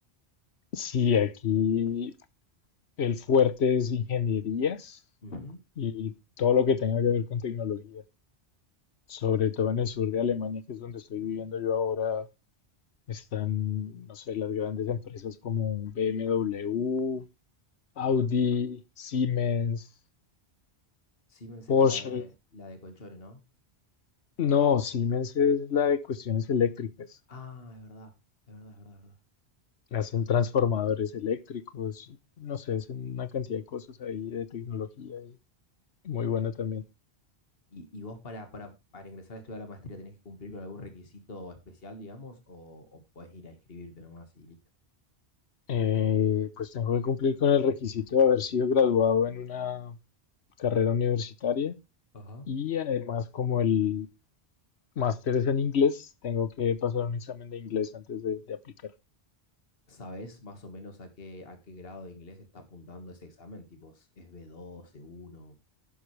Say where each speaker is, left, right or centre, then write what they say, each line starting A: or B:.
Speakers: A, on the left (about 75°); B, on the left (about 60°).
A: Sí, aquí el fuerte es ingenierías
B: Ujú.
A: y todo lo que tenga que ver con tecnología, sobre todo en el sur de Alemania, que es donde estoy viviendo yo ahora Están, no sé, las grandes empresas como BMW,
B: Ajá.
A: Audi, Siemens,
B: Siemens
A: Porsche.
B: era la de, la de colchones, ¿no?
A: No, Siemens es la de cuestiones eléctricas.
B: Ah, es verdad, es verdad, es verdad, es verdad.
A: Hacen transformadores eléctricos, y, no sé, hacen una cantidad de cosas ahí de tecnología y muy buena también.
B: ¿Y, y vos para, para, para ingresar a estudiar la maestría tenés que cumplir con algún requisito especial, digamos, o, o podés ir a inscribirte nomás y listo?
A: Eh, pues tengo que cumplir con el requisito de haber sido graduado en una carrera universitaria
B: Ajá.
A: y además como el máster es en inglés, tengo que pasar un examen de inglés antes de de aplicar.
B: ¿Sabés más o menos a qué, a qué grado de inglés está apuntando ese examen? Tipo, es b dos c uno